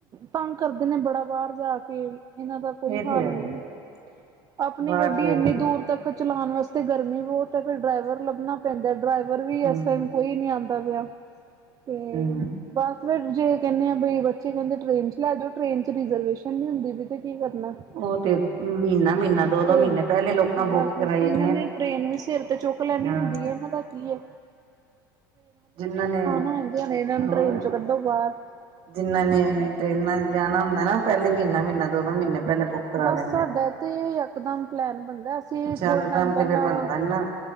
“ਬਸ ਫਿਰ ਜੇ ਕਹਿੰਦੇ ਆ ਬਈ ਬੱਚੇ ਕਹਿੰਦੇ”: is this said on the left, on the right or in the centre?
Right